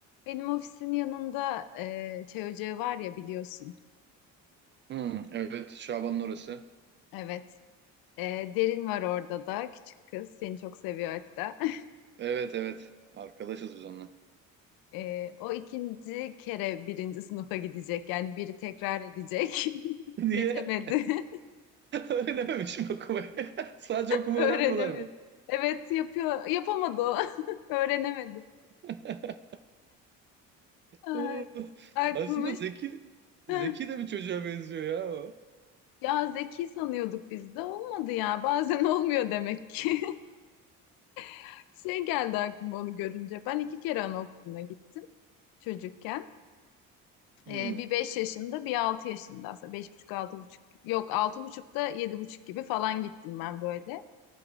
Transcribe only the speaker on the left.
Benim ofisin yanında e, çay ocağı var ya biliyorsun.
Evet. E, Derin var orada da. Küçük kız. Seni çok seviyor hatta. <laughs>
E, o ikinci kere birinci sınıfa gidecek. Yani biri tekrar edecek. <laughs>
Geçemedi. <laughs>
Öğrenemedi.
Evet yapıyor. Yapamadı o. <laughs> Öğrenemedi.
Ay,
aklımız.
Heh.
Ya zeki sanıyorduk biz de. Olmadı ya. Bazen <laughs> olmuyor demek ki. <laughs> Şey geldi aklıma onu görünce. Ben iki kere anaokuluna gittim. çocukken.
Ee, bir 5 yaşında bir 6 yaşında aslında beş buçuk altı buçuk yok altı buçukta yedi buçuk gibi falan gittim ben böyle.